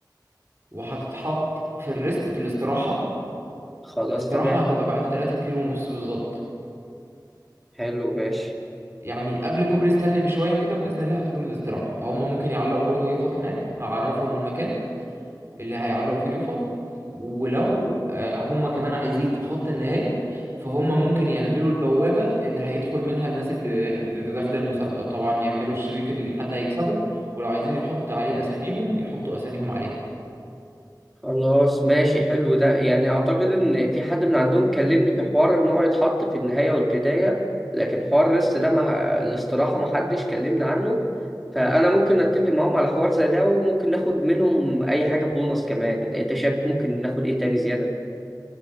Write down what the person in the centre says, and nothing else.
خلاص
تمام
حلو ماشي
خلاص ماشي حلو ده يعني اعتقد ان في حد من عندهم كلمني في حوار ان هو يتحط في النهاية والبداية لكن حوار الريست ده مع الاستراحة ما حدش كلمني عنه فانا ممكن اتفق معاهم على حوار زي ده وممكن ناخد منهم اي حاجة بونص كمان انت شايف ممكن ناخد ايه تاني زيادة